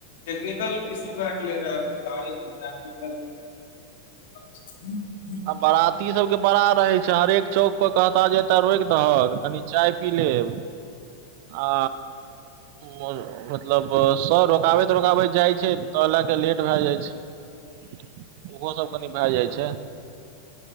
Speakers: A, on the left (about 55°); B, on the right (about 45°).
A: टेक्निकल इशू भए गेलै रहै गाड़ी कऽ <unintelligible>
B: आ बराती सभके बड़ा रहे छै हरेक चौक पर कहताह जे एतय रोकि दहक कनि चाय पी लेब आ। मन मतलब सभ रुकाबैत रुकाबैत जाइ छै त लए के लेट भए जाइ छै ओहो सभ कनि भए जाइ छै